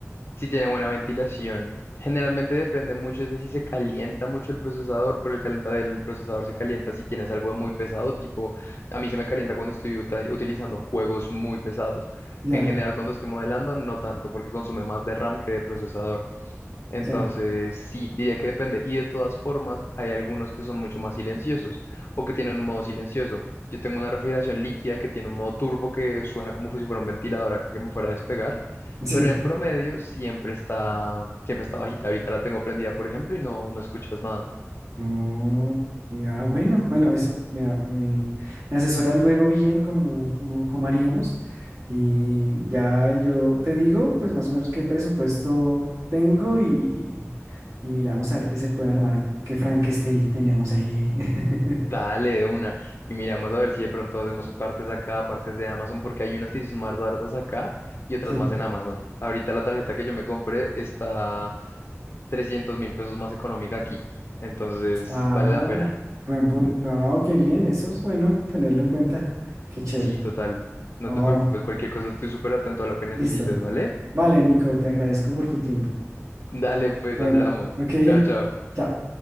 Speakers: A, on the left; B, on the right.
A: si tiene buena ventilación. Generalmente depende mucho, es de si se calienta mucho el procesador, pero el calentado del procesador se calienta si tienes algo muy pesado, tipo, a mí se me calienta cuando estoy uta- utilizando juegos muy pesados.
B: Ya,
A: En general, cuando estoy modelando, no tanto, porque consume más de RAM que de procesador. Entonces,
B: ya,
A: sí, diría que depende. Y de todas formas, hay algunos que son mucho más silenciosos o que tienen un modo silencioso. Yo tengo una refrigeración líquida que tiene un modo turbo que suena como si fuera un ventilador acá que me fuera a despegar,
B: sí.
A: pero en promedio siempre está, siempre está bajita. Ahorita la tengo prendida, por ejemplo, y no, no escuchas nada.
B: No, que- ah, bueno, bueno, eso me, a- me, me asesora luego bien cómo cómo cómo haríamos. Y ya yo te digo, pues más o menos qué presupuesto tengo y, y miramos a ver qué se puede armar, qué Frankenstein tenemos ahí. <laughs>
A: Dale de una y miramos a ver si de pronto hacemos partes acá, partes de Amazon, porque hay unas que sí son más baratas acá y otras
B: Sí.
A: más en Amazon. Ahorita la tarjeta que yo me compré está trescientos mil pesos más económica aquí. Entonces,
B: Ah,
A: vale la pena.
B: buen punto. No, qué bien, eso es bueno tenerlo en cuenta. Qué chévere.
A: Sí, total. No
B: Oh,
A: te preocupes, cualquier cosa estoy súper atento a lo que necesites,
B: listo.
A: ¿vale?
B: Vale, Nico, te agradezco por tu tiempo.
A: <laughs> Dale, pues
B: Bueno,
A: hablamos.
B: ok,
A: Chao, chao.
B: chao.